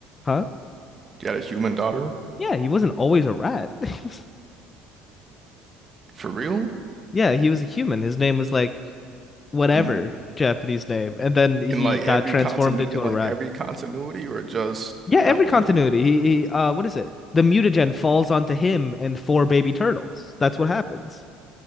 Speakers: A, on the left; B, on the right.
A: Huh?
B: He had a human daughter
A: Yeah, he wasn't always a rat. <laughs>
B: for real
A: Yeah, he was a human. His name was like whatever
B: in
A: Japanese name, and then he
B: in like
A: got
B: every
A: transformed
B: continu
A: into
B: in
A: a
B: like
A: rat.
B: every continuity or just
A: Yeah,
B: that
A: every
B: one.
A: continuity. He, he uh, what is it? The mutagen falls onto him and four baby turtles. That's what happens.